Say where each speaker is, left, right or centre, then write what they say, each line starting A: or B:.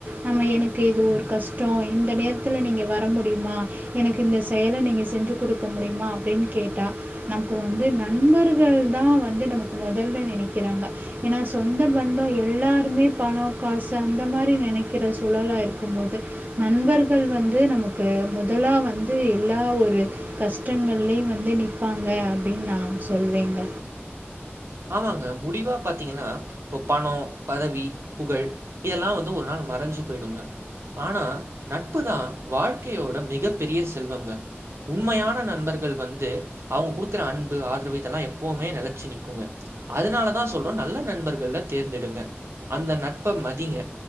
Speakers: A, on the right; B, on the right.
A: நம்ம எனக் கு ஏதோ ஒரு
B: ம்
A: கஷ்டோ இந்த நேரத் துல நீங்க வர முடியுமா எனக்கு இந்த செயல நீங்க செஞ்சு குடுக்க முடியுமா அப்டின்னு கேட்டா நமக்கு வந்து நண்பர்கள்தா வந்து நமக்கு மொதல்ல நெனைக்கிறாங்க. ஏன்னா சொந்த பந்தோ எல்லாருமே பணோ காசு அந்த மாரி நெனைக்கிற சூழலா இருக்கும்போது நண்பர்கள் வந்து நமக்கு முதலா வந்து எல்லா ஒரு கஷ்டங்கள் லயு வந்து நிப்பாங்க அப்டின்னு நா சொல்வேங்க.
B: ஆமாங்க முடிவாக பாத்தீங்கன்னா இப்போ பணோ பதவி புகழ் இதெல்லா வந்து ஒரு நாள் மறைஞ்சு போயிடுங்க ஆனா நட்புதா வாழ்க்கையோட மிகப் பெரிய செல்வங்க. உண்மையான நண்பர்கள் வந்து அவங்க குடுக்குற அன்பு ஆதரவு இதெல்லா எப்பவுமே நெலச்சு நிக்குங்க. அதனாலதா சொல்றோ நல்ல நண்பர்கள தேர்ந்தெடுங்க. அந்த நட்ப மதிங்க.